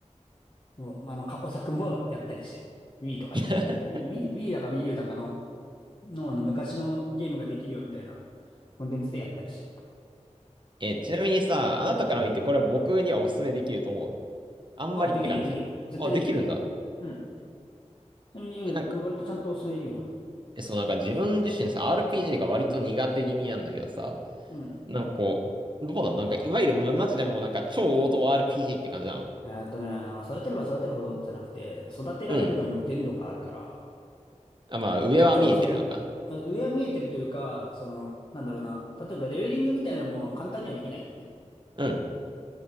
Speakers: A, on the left; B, on the right.
A: もう、まああの、過去作もやったりしてる。Wii とかで。
B: <laughs>
A: Wii、Wii だか Wii U だかのの、あの、昔のゲームができるよみたいなコンテンツでやったりして。
B: え、ちなみにさ、あなたから見てこれは僕にはおすすめできると思う。
A: うん。
B: あんまりって感じ。
A: あ、できるよ、できる。絶対できる。
B: あ、できるんだ。
A: うん。ちなみに、うん、
B: え、なんか、
A: 割とちゃんとお勧めできると思うよ。
B: え、そう、なんか自分自身さ、RPG が割と苦手気味なんだけどさ、
A: うん。
B: なんかこう、どうなのなんか、いわゆるまマジでもうなんか超王道 RPG って感じなの
A: えーっとね、なんか育てれば育てるほどじゃなくて、育てられるのにも限度があるから、
B: うん。あ、まあ、上は見えてるのか。
A: まあもちろんその、あ上は見えてるというか、その、なんだろうな、例えばレベリングみたいなのも簡単にはできないのね。
B: うん。